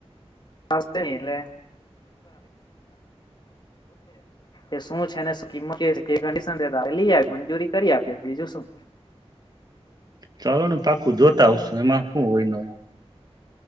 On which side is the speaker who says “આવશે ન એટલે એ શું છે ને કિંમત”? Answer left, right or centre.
Left